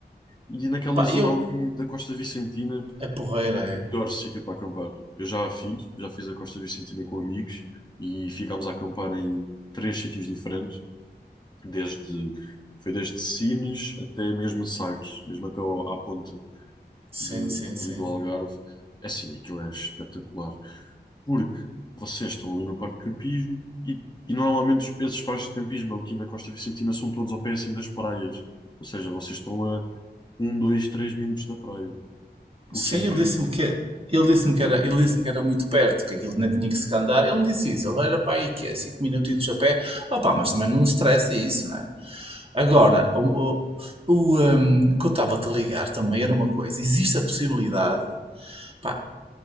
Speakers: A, on the left; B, on the right.
A: E naquela
B: Pá,
A: zona
B: eu.
A: ali da Costa Vicentina.
B: É porreira,
A: É o
B: é.
A: melhor sítio para acampar. Eu já a fiz, já fiz a Costa Vicentina com amigos e ficámos a acampar em três sítios diferentes, desde foi desde Sines até mesmo Sagres, mesmo até ao- à ponte
B: Sim,
A: de,
B: sim, sim.
A: ali do Algarve. É assim, aquilo é espetacular, porque vocês estão ali no parque de campismo e, e normalmente os- esses parques de campismo aqui na Costa Vicentina são todos ao pé assim das praias, ou seja, vocês estão a um, dois, três minutos da praia,
B: Sim,
A: o que é incrível.
B: ele disse-me que, ele disse-me que era, ele disse-me que era muito perto, que aquilo não tinha que se andar. Ele não disse isso, ele era para aí que é 5 minutos a pé. Opa, mas também não estressa isso, não é? Agora,
A: Claro.
B: o, o, o, hum, que eu estava-te a ligar também era uma coisa. Existe a possibilidade, pá,